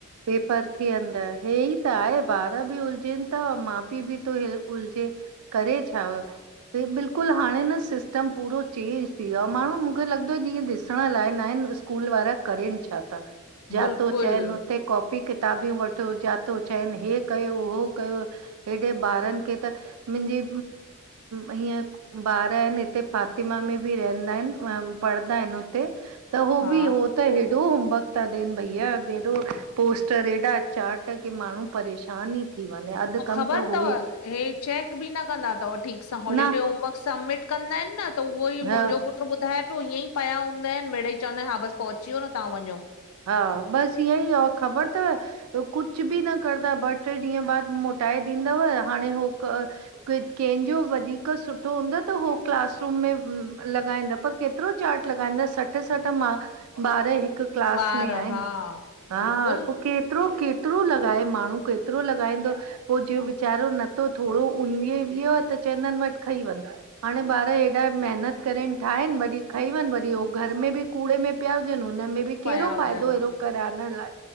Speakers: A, on the right (about 80°); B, on the left (about 85°).
A: पेपर थीअंदय हे ई हे त आहे ॿारह बि उलझेनि ता, माउ पीउ बि तो हे उलझे। करे छा हो, हे बिल्कुलु हाणे न सिस् सिस्टम पूरो चेंज थी वियो आ, माण्हू मूंखे लॻंदो जीअं ॾिसण लाइ न आहिनि, स्कूल वारा करेनि छा ता? जंहां
B: बिल्कुलु
A: तूं चवनि हुते कॉपी-किताबियूं वठो जहां तो चवनि हे कयो हो कयो हेॾे ॿारनि खे त मुंहिंजी हीअं ॿार आहिनि हिते फातिमा में बि रहंदा आहिनि ऐं पढ़ंदा आहिनि हुते त हो
B: हा
A: बि हो त हेॾो होमवर्क था ॾेनि भईया हेॾो पोस्टर एॾा चार्ट की माण्हू परेशान ई थी वञे अधि
B: ऐं
A: कम
B: ख़बर
A: त
B: अथव
A: हो ई
B: हे चैक बि न कंदा अथव ठीकु सां हॉलीडे
A: न
B: होमवर्क सबमिट कंदा आहिनि न त उहो ई
A: हा
B: मुंहिंजो पुट ॿुधाए पियो ईअं ई पया हूंदा आहिनि मेड़ ई चवंदा आहिनि हा बसि पहुची वियो न तव्हां वञो।
A: हा, ॿसि ईंअ ई आहे ख़बर अथव कुझु बि न कंदा ॿ टे ॾींहं बाद मोटाए ॾींदव हाणे हो क कंहिंजो वधीकर सुठो हूंदो त हो क्लासरूम में लॻाईंदा पर के केतिरो चार्ट लॻाईंदा सठ सठि माँ ॿार हिकु क्लास
B: ॿार
A: में आहिनि।
B: हा
A: हा,
B: बिल्कुलु
A: पोइ केतिरो केतिरो लॻाए माण्हू केतिरो लॻाईंदो पोइ जे वीचारो नथो थोरो उन वियो आ त चवंदा आहिनि वठी खई वञि। हाणे ॿार हेॾा मेहिनत करनि ठाहिनि, वरी खनि वञि वरी उहो घरु में बि कूड़े में पिया हुजनि हुनमें बि कहिड़ो
B: पिया हुजनि
A: फ़ाइदो अहिड़ो कराइण लाइ?